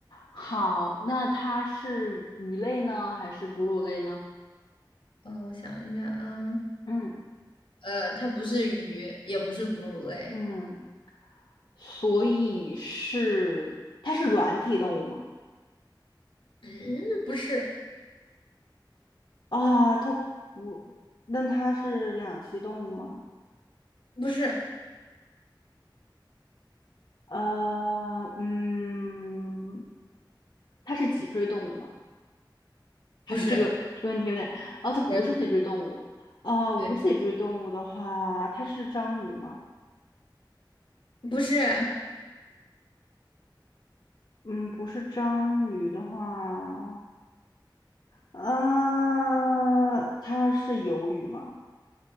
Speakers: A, on the left; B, on the left.
A: 好，那它是鱼类呢，还是哺乳类呢？
B: 嗯、我想一下啊，
A: 嗯
B: 呃，它不是鱼，也不是哺乳类，
A: 嗯，所以是它是软体动物吗？
B: 嗯，不是，
A: 啊，它不，那它是两栖动物吗？
B: 不是，
A: 呃，嗯，它是脊椎动物吗？还是这个这个问题有点，
B: 不是，
A: 哦，它不是脊椎动物，
B: 不是，
A: 呃，
B: 对，
A: 无脊椎动物的话，它是章鱼吗？
B: 不是，
A: 嗯，不是章鱼的话，啊，它是鱿鱼吗？